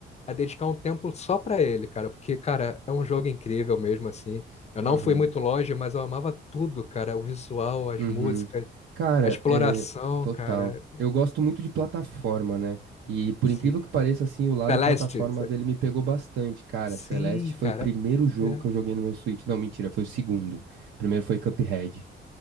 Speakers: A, on the left; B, on the right.
A: a dedicar um tempo só pra ele, cara, porque, cara, é um jogo incrível mesmo assim. Eu
B: Aham.
A: não fui muito longe, mas eu amava tudo, cara, o visual, as
B: Uhum.
A: músicas.
B: Cara,
A: A exploração,
B: é, total.
A: cara.
B: Eu gosto muito de plataforma, né? E por
A: Sim.
B: incrível que pareça, assim, o lado
A: Celeste.
B: plataforma
A: ce-
B: dele me pegou bastante, cara.
A: Sim,
B: Celeste foi
A: cara.
B: o primeiro jogo
A: É.
B: que eu joguei no meu Switch. Não, mentira, foi o segundo. O primeiro foi Cuphead.